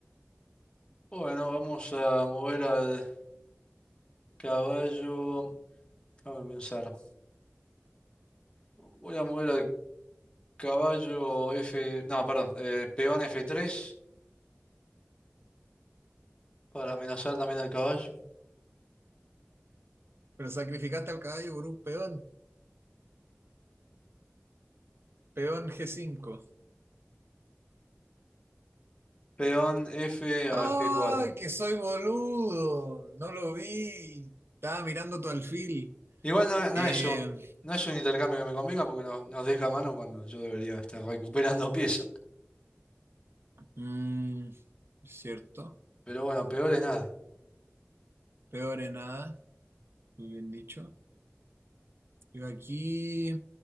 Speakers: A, on the left; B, on the right.
A: Bueno, vamos a mover al caballo. Déjame pensar. Voy a mover al caballo F. No, perdón, eh, peón F3. para amenazar también al caballo.
B: Pero sacrificaste al caballo por un peón. Peón g cinco
A: Peón F
B: ¡Ay,
A: a G4.
B: que soy boludo! No lo vi. Estaba mirando tu alfil.
A: Igual no, no
B: Eh,
A: es un, no es un intercambio que me convenga porque no- nos deja a mano cuando yo debería estar recuperando <laughs> piezas.
B: mm, cierto.
A: Pero bueno, peor es nada.
B: Peor en nada. Muy bien dicho. Yo aquí